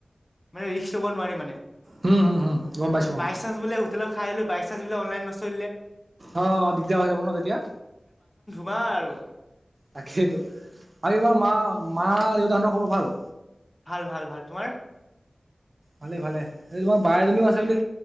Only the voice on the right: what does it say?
হম হম হম গম পাইছো অ
অ দিগদাৰ হৈ যাব ন তেতিয়া।
তাকেইটো মা- মা দেউতাহৰ খবৰ ভাল?
ভালে ভালে তোমাৰ বা এজনীও আছে বুলি